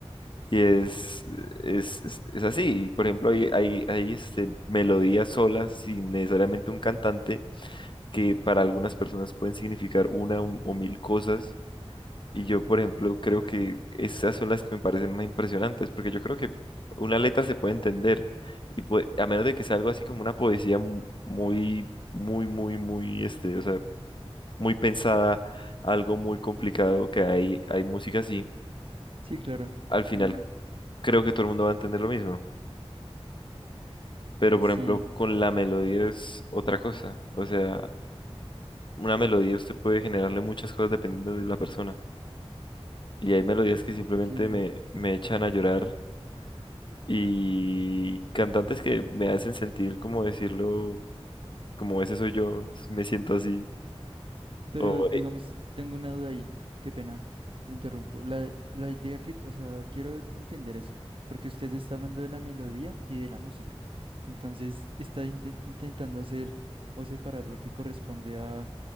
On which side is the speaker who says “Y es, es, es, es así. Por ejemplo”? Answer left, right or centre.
Left